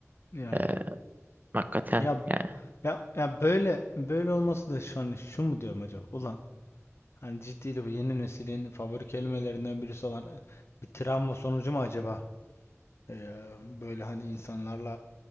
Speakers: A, on the left (about 55°); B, on the right (about 35°).
A: Yani.
B: Ee, hakikaten
A: Ya
B: yani.
A: ya ya böyle böyle olması da şu an şu mu diyorum acaba? Ulan hani ciddiyle bu yeni neslin favori kelimelerinden birisi olan e, bir travma sonucu mu acaba? Ee, böyle hani insanlarla